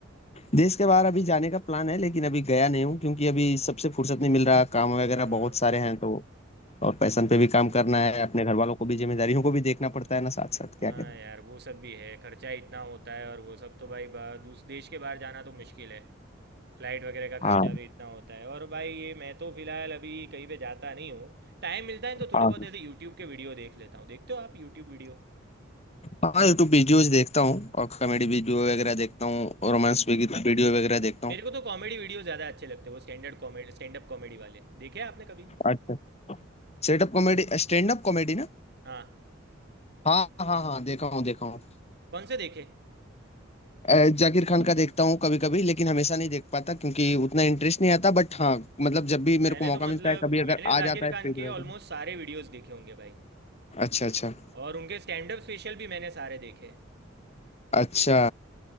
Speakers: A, on the left; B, on the right.
A: देश के बाहर अभी जाने का प्लान है लेकिन अभी गया नहीं हूँ क्योंकि अभी सबसे फुर्सत नहीं मिल रहा काम वगैरह
B: हाँ
A: बहुत
B: भाई
A: सारे हैं तो और पैशन पे भी
B: हाँ
A: काम करना
B: भाई
A: है अपने घर वालों को भी जिम्मेदारियों को भी देखना पड़ता है ना साथ साथ
B: हाँ
A: क्या करें
B: यार वो सब भी है खर्चा इतना होता है और वो सब तो भाई बा- दूस देश के बाहर जाना तो मुश्किल है फ्लाइट वगैरह का
A: हाँ
B: खर्चा भी इतना होता है और भाई ये मैं तो फिलहाल अभी कहीं पे जाता नहीं हूँ टाइम मिलता है तो थोड़े
A: हाँ
B: बहुत ऐसे यूट्यूब के वीडियो देख लेता हूँ देखते हो आप यूट्यूब वीडियो
A: हाँ यूट्यूब वीडियोज देखता हूँ और कॉमेडी वीडियो वगैरह देखता हूँ रोमांस वीडियो वगैरह देखता
B: मेरे
A: हूँ
B: को तो कॉमेडी वीडियो ज़्यादा अच्छे लगते हैं वो standard comedy stand up comedy वाले देखे आपने कभी
A: अच्छा Setup comedy stand up comedy
B: हाँ
A: हाँ हाँ हाँ देखा हूँ देखा हूँ
B: कौन से देखे
A: अ, जाकिर खान का देखता हूँ कभी कभी लेकिन हमेशा नहीं देख पाता क्योंकि उतना इंटरेस्ट नहीं आता बट हाँ मतलब जब भी
B: मैंने
A: मेरे को मौका
B: तो मतलब
A: मिलता है कभी अगर
B: मैंने
A: आ
B: जाकिर
A: जाता है
B: खान
A: स्पीड ड्रैगन
B: के ऑलमोस्ट सारे वीडियोस देखे होंगे भाई
A: अच्छा अच्छा
B: और उनके स्टैंड अप स्पेशल भी मैंने सारे देखे हैं
A: अच्छा